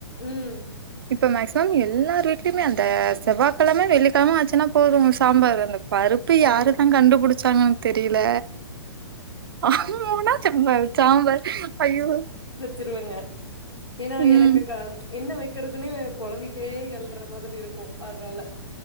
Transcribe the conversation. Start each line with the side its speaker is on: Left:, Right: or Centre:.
Left: ம்
Right: இப்ப மேக்சிமம் எல்லார் வீட்லயுமே அந்த செவ்வாய்கிழம வெள்ளிகிழம ஆச்சுன்னா போது சாம்பார் அந்த பருப்பு யாருதா
Left: ஆ.
Right: கண்டுபிடிச்சாங்கன் தெரில ஆனா ஊனா சாம்பார் சாம்பார் அய்யோ
Left: திருவங்க ஏனா
Right: ம்.
Left: எனக்கு கா என்ன வைக்கிறக்துன்னே பொளம்பிட்டே எழற மாதிரி இருக்கு அதனால